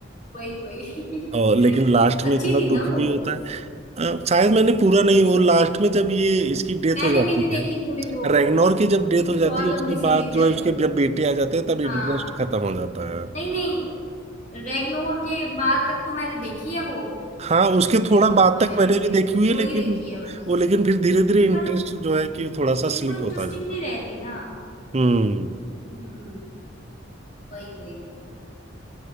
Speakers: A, on the left; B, on the right.
A: वही वही
B: और
A: <laughs>
B: लेकिन लास्ट
A: अच्छी
B: में इतना
A: थी
B: दुख
A: ना वो
B: भी होता है अ, शायद मैंने पूरा नहीं वो लास्ट में जब ये इसकी डेथ
A: मैंने
B: हो जाती
A: भी नहीं देखी
B: है
A: पूरी वो
B: रैगनोर की जब डेथ
A: क्योंकि
B: हो जाती
A: बहुत
B: है
A: लंबी
B: उसके
A: सीरीज
B: बाद जो
A: है
B: है
A: वो
B: उसके जब बेटे आ जाते हैं तब इंटरेस्ट
A: हाँ
B: खत्म हो जाता है
A: नहीं नहीं रेगनोर के बाद तक तो मैंने देखी है वो
B: हाँ उसके
A: रेगनोर
B: थोड़ा बाद
A: वगैरह
B: तक मैंने
A: के
B: भी देखी हुई
A: थोड़ी
B: है लेकिन
A: देखी है बस
B: वो लेकिन फिर धीरे धीरे इंटरेस्ट
A: पर
B: जो है कि थोड़ा सा
A: फिर
B: स्लिप
A: वो इंटरेस्टिंग
B: होता जाता
A: नहीं
B: है
A: रहती ना
B: हम्म
A: हम्म वही वही वही